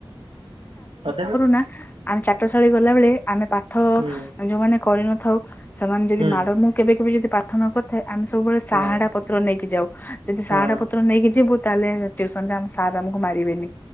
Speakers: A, on the right; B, on the left.
A: ତ ଦେବେ।
B: ନା। ଆମେ ଚାଟ ଶାଳୀ ଗଲାବେଳେ ଆମେ ପାଠ
A: ହୁଁ
B: ଯୋଉମାନେ କରିନଥାଉ ସେମାନେ ଯଦି
A: ହୁଁ
B: ମାଡ ମୁଁ। କେବେ କେବେ ଯଦି ପାଠ ନ କରିଥାଏ ଆମେ ସବୁବେଳେ
A: ହଁ
B: ସାହାଡା ପତ୍ର ନେଇକି ଯାଉ ଯଦି
A: ହଁ
B: ସାହାଡା ପତ୍ର ପତ୍ର ନେଇକି ଯିବୁ ତାହେଲେ ଟିଉସନ ରେ ଆମ ସାର ଆମକୁ ମାରି ବେନି